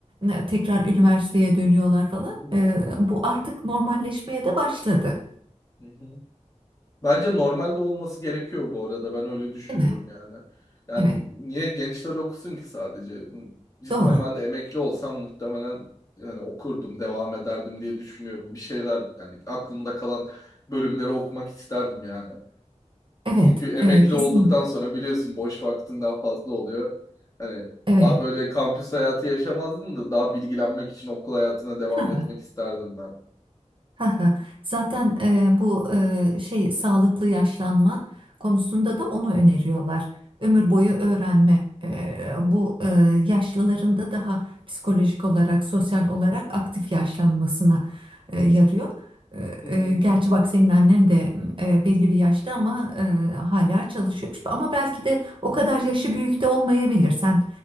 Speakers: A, on the right (about 45°); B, on the left (about 25°).
A: e, tekrar üniversiteye dönüyorlar falan.
B: hı.
A: E, Bu artık normalleşmeye de başladı,
B: Hı hı. Bence normalde olması gerekiyor bu arada. Ben öyle düşünüyorum
A: değil mi?
B: yani. Yani
A: Evet,
B: niye gençler okusun ki sadece? Cidden
A: doğru.
B: ben de emekli olsam muhtemelen yani okurdum, devam ederdim diye düşünüyorum. Bir şeyler yani aklımda kalan bölümleri okumak isterdim yani.
A: Evet,
B: Çünkü emekli
A: e, kesinlikle.
B: olduktan sonra biliyorsun boş vaktin daha fazla oluyor. Hani
A: Evet.
B: daha böyle kampüs hayatı yaşamazdım da daha bilgilenmek için okul hayatına devam
A: <laughs>
B: etmek isterdim ben.
A: Haha, Zaten e, bu e, şey sağlıklı yaşlanma konusunda da onu öneriyorlar. Ömür boyu öğrenme. E, bu e, yaşlıların da daha psikolojik olarak, sosyal olarak aktif yaşlanmasına e, yarıyor. E,
B: Hı hı,
A: e, gerçi bak senin annen de e, belli bir yaşta ama e, hala çalışıyormuş. Ama belki de o kadar yaşı büyük de olmayabilir. Sen